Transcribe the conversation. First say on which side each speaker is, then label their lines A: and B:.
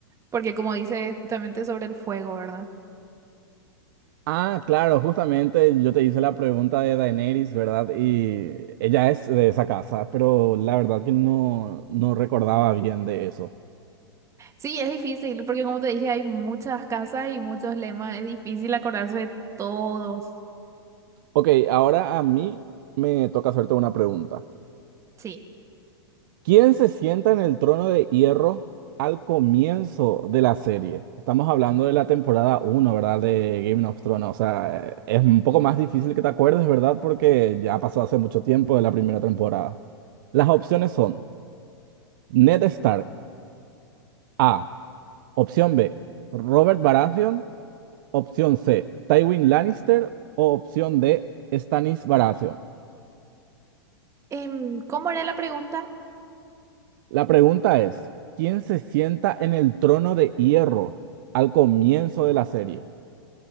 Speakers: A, on the right; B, on the right.
A: porque como dice es justamente sobre el fuego, ¿verdad?
B: Ah, claro, justamente yo te hice la pregunta de Daenerys, ¿verdad? Y ella es de esa casa, pero la verdad que no, no recordaba bien de eso.
A: Sí, es difícil, porque como te dije, hay muchas casas y muchos lemas, es difícil acordarse de todos.
B: Ok, ahora a mí me toca hacerte una pregunta.
A: Sí.
B: ¿Quién se sienta en el trono de hierro al comienzo de la serie? Estamos hablando de la temporada uno, ¿verdad? De Game of Thrones. O sea, eh, es un poco más difícil que te acuerdes, ¿verdad? Porque ya pasó hace mucho tiempo de la primera temporada. Las opciones son Ned Stark, A. Opción B, Robert Baratheon. Opción C, Tywin Lannister. O opción D, Stannis Baratheon.
A: Em, ¿cómo era la pregunta?
B: La pregunta es, ¿quién se sienta en el trono de hierro al comienzo de la serie?